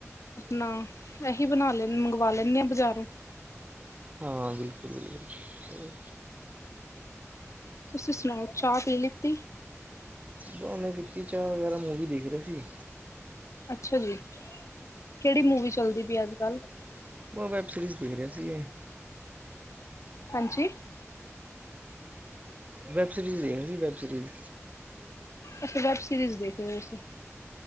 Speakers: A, on the left (about 70°); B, on the right (about 30°).
A: ਨਾ ਇਸੀ ਬਣਾ ਲੈ ਮੰਗਵਾ ਲੈਂਨੀ ਆ ਬਜ਼ਾਰੋਂ,
B: ਹਾਂ, ਬਿਲਕੁਲ-ਬਿਲਕੁਲ
A: ਤੁਸੀਂ ਸੁਣਾਓ ਚਾਹ ਪੀ ਲਿੱਤੀ?
B: ਬਾ ਉਹਨੇ ਕੀਤੀ ਚਾਹ ਵਗੈਰਾ ਮੂਵੀ ਦੇਖ ਰਹੇ ਸੀ।
A: ਅੱਛਾ ਜੀ, ਕਿਹੜੀ ਮੂਵੀ ਚੱਲਦੀ ਪਈ ਅੱਜ-ਕੱਲ੍ਹ
B: ਉਹ ਵੈੱਬ ਸੀਰੀਜ਼ ਦੇਖ ਰਿਹਾ ਸੀਗੇ।
A: ਹਾਂਜੀ,
B: ਵੈਬ ਸਰੀਜ਼ ਦੇ ਸੀ ਵੈਬ ਸਰੀਜ਼,
A: ਅੱਛਾ ਵੈਬ ਸੀਰੀਜ਼ ਦੇਖਦੇ ਹੋ, ਤੁਸੀਂ?